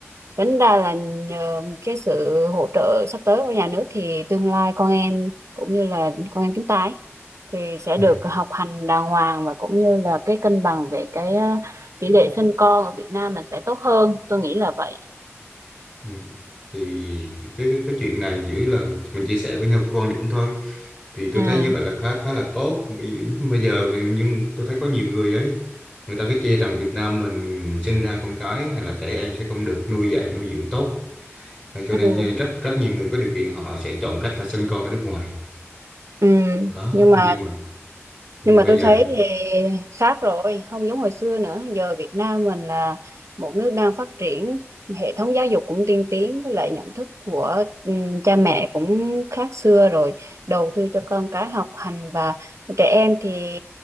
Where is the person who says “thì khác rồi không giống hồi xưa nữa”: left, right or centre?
Right